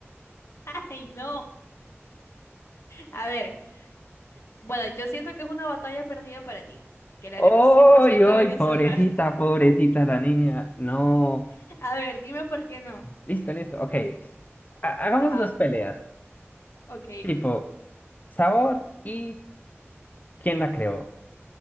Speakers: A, on the left; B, on the left.
A: <laughs> Ay, no. A ver, bueno, yo siento que es una batalla perdida para ti, que la
B: ¡Uy,
A: arepa es cien por ciento
B: uy!
A: venezolana.
B: Pobrecita, pobrecita la niña. No.
A: <laughs> A ver, dime por qué no.
B: Listo, listo. Ok. Ha- hagamos
A: Ajá,
B: dos peleas.
A: ok,
B: Tipo, sabor y quién la creó.